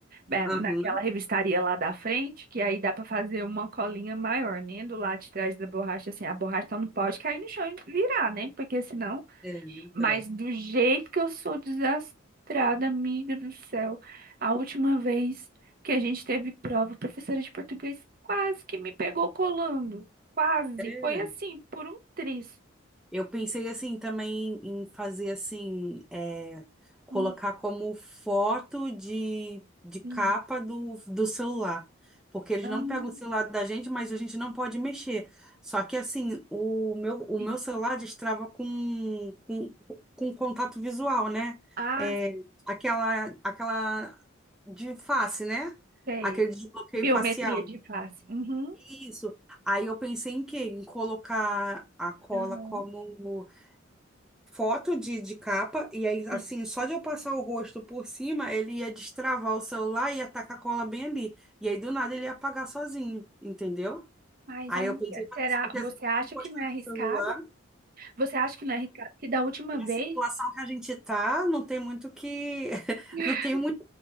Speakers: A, on the right; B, in the centre.
A: eh, naquela
B: Aham,
A: revistaria lá da frente, que aí dá pra fazer uma colinha maior, né? Do lado de trás da borracha, assim, a borracha só não pode cair no chão e virar, né? Porque senão
B: é verdade.
A: mas do jeito que eu sou desastrada, amiga do céu. A última vez que a gente teve prova, a professora de português quase que me pegou colando. Quase.
B: É.
A: Foi assim, por um triz.
B: Eu pensei assim também em fazer assim, é, colocar
A: Um,
B: como foto de, de capa
A: um,
B: do, do celular. Porque eles
A: um,
B: não pegam o celular da gente, mas a gente não pode mexer. Só que assim, o meu, o
A: sim.
B: meu celular destrava com, com, com contato visual, né?
A: Ah,
B: É, aquela, aquela de face, né?
A: sei.
B: Aquele desbloqueio
A: Biometria
B: facial.
A: de face. Uhum.
B: Isso. Aí eu pensei em quê? Em colocar a cola
A: Aham.
B: como foto de, de capa, e aí, assim,
A: Sim.
B: só de eu passar o rosto por cima, ele ia destravar o celular e ia tacar a cola bem ali. E aí, do nada, ele ia apagar sozinho, entendeu?
A: Mas,
B: Aí
A: amiga,
B: eu pensei, "Mas
A: será?
B: isso porque
A: Você
B: assim, eu
A: acha
B: tô encostando
A: que não é arriscado?
B: no celular.
A: Você acha que não é arriscado? Que da última
B: Na
A: vez.
B: situação que a gente tá, não tem muito que <laughs>
A: <laughs>
B: não tem muito